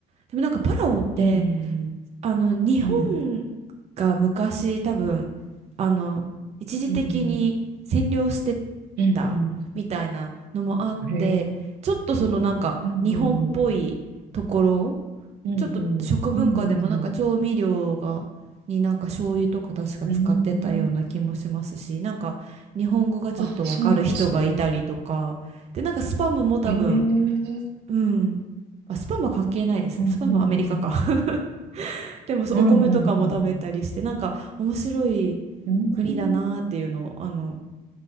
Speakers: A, on the right; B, on the right.
A: でもなんかパラオって、
B: うんうんうん。
A: あの、日本
B: はい、うん
A: が昔多分、あの、一時的に占領して
B: うん、うんう
A: たみたいなのもあって、
B: ん。へ
A: ちょっとそのなんか日本っぽいところ
B: え、うんうんうん、うんうん、
A: ちょっと食文化でもなんか調味料がになんか醤油とか確か使ってたような気もしますしなんか日本語がちょっとわかる人がいたりとかでなんかスパムも多分
B: うんうんうん。うーん。あ、そうなんですね。へえ、う
A: うんあスパムは関係ないですねスパムはアメリカか
B: んうんうん、
A: <laughs> でもそうお米とかも食べたりしてなんか面白い
B: うんうんうん。うん
A: 国だなーっていうのをあの